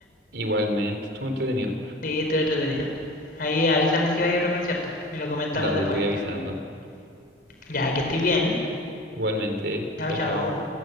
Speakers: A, on the right; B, on the left.
A: Igualmente, estuvo entretenido.
B: Sí, estuvo entretenida. Ahí avísame si va a otro concierto y lo comentamos
A: Dale,
B: después.
A: te voy avisando.
B: Ya, que estés bien.
A: Igualmente,
B: Chao,
A: chao,
B: chao.
A: chao.